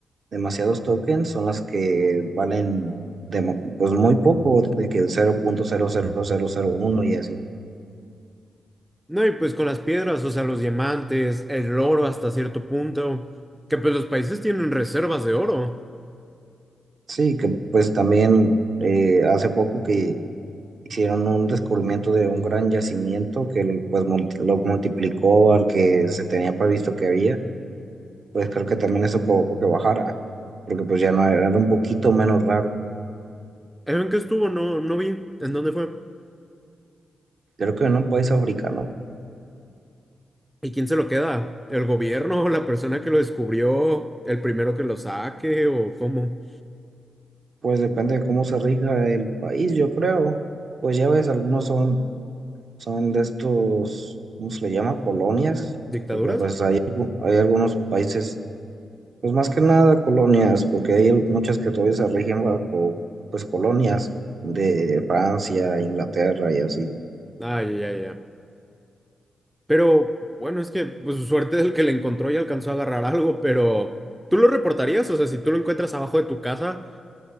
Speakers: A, on the right; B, in the centre.
A: demasiados tokens son las que valen demo- pues muy poco, de que cero punto cero cero cero cero punto uno y así.
B: No, y pues con las piedras, o sea, los diamantes, el oro hasta cierto punto, que pues los países tienen reservas de oro.
A: Sí, que pues también eh, hace poco que hicieron un descubrimiento de un gran yacimiento que pues mul- lo multiplicó al que se tenía previsto que había, pues creo que también eso provocó que bajara, porque pues ya no era, era un poquito menos raro.
B: ¿En qué estuvo? No, no vi. ¿En dónde fue?
A: Creo que en un país africano.
B: ¿Y quién se lo queda? ¿El gobierno? ¿La persona que lo descubrió? ¿El primero que lo saque? ¿O cómo?
A: Pues depende de cómo se rija el país, yo creo. Pues ya ves, algunos son, son de estos, ¿cómo se le llama? Colonias,
B: ¿Dictaduras?
A: porque pues hay, algu- hay algunos países, pues más que nada colonias, porque hay al- muchas que todavía se rigen bajo, pues colonias de Francia, Inglaterra y así.
B: Ah, ya, ya, ya. Pero bueno, es que pues su suerte es el que le encontró y alcanzó a agarrar algo, pero ¿tú lo reportarías? O sea, si tú lo encuentras abajo de tu casa,